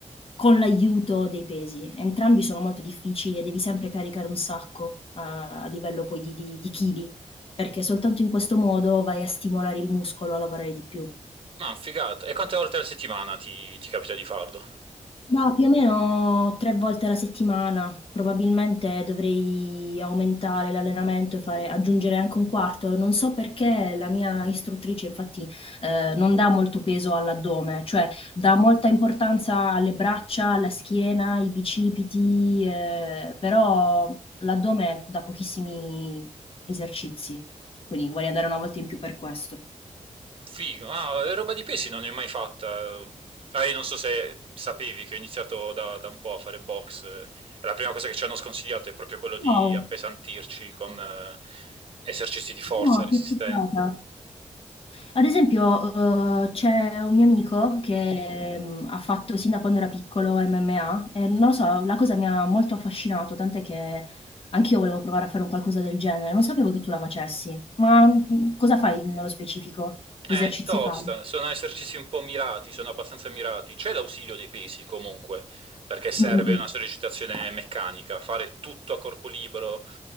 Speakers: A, on the left; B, on the right.
A: con l'aiuto dei pesi. Entrambi sono molto difficili e devi sempre caricare un sacco, a a livello poi di di di chili, perché soltanto in questo modo vai a stimolare il muscolo a lavorare di più.
B: Ma figata. E quante volte alla settimana ti, ti capita di farlo?
A: Ma più o meno 3 volte alla settimana, probabilmente dovrei aumentare l'allenamento e fare aggiungere anche un quarto. Non so perché la mia istruttrice infatti, ehm, non dà molto peso all'addome, cioè dà molta importanza alle braccia, alla schiena, ai bicipiti, ehm, però l'addome dà pochissimi esercizi, quindi vorrei andare una volta in più per questo.
B: Figo, ah, roba di pesci non ne ho mai fatta. Ah, io non so se sapevi che ho iniziato da, da un po' a fare box. eh, La prima cosa che ci hanno sconsigliato è proprio quello di
A: Wow!
B: appesantirci con eh, esercizi di forza
A: No,
B: resistente.
A: che figata. Ad esempio, uhm, c'è un mio amico che, mhmm, ha fatto sin da quando era piccolo MMA e non lo so, la cosa mi ha molto affascinato, tant'è che anch'io volevo provare a fare un qualcosa del genere. Non sapevo che tu la facessi, ma, mhmm, cosa fai nello specifico?
B: È
A: Che esercizi
B: Perché tosta,
A: fai?
B: sono esercizi un po' mirati, sono abbastanza mirati. C'è l'ausilio dei pesi comunque, perché serve
A: Mh-mh, mh.
B: una sollecitazione meccanica, fare tutto a corpo libero